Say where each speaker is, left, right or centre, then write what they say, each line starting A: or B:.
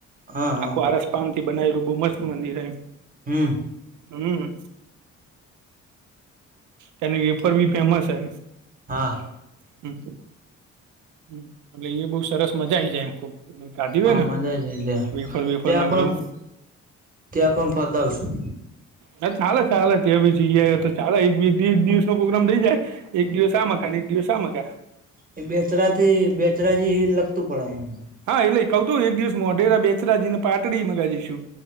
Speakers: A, on the right; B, on the right.
A: હા હા
B: આખું આરસ પાનથી બનાયલું બઉ મસ્ત મંદિર હય.
A: હમ.
B: હમ. ત્યાંની વેફર ભી ફેમસ હે.
A: હા.
B: હમ. હમ, અને એ બઉ સરસ મજા આઈ જાય, ખુબ. હમ, કાઢી
A: હા
B: હોય ન
A: મજા છે
B: વેફર-વેફર
A: ત્યાં ત્યાં
B: ને
A: પણ
B: બધું.
A: ત્યાં પણ ફતાવશું.
B: ના, ચાલ-ચાલ ત્ય બી જઈ આઈ એ તો ચાલ, એક વીકથી એક દિવસનો પ્રોગ્રામ થઈ જાય. એક દિવસ આમ હકા ન, એક દિવસ આમ હકા.
A: એ બેચરાથી બેચરાજી લગતું પડ એમ.
B: હા, એટલે કઉ તું એક દિવસ મોઢેરા, બેચરાજી ને પાટડી મગા જઈશું.